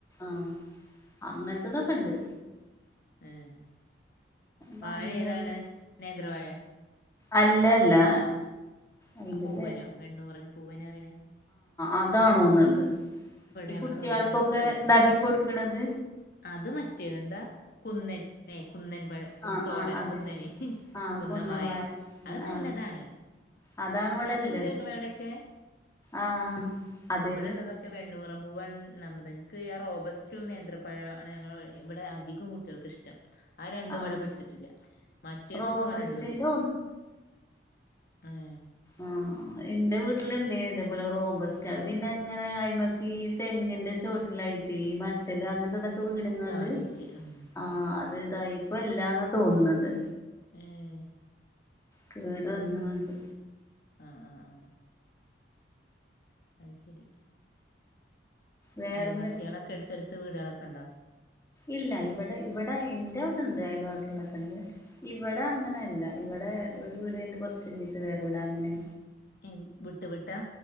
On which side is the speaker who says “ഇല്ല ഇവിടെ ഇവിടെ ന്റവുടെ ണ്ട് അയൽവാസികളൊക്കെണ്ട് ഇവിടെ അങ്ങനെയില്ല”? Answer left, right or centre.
Left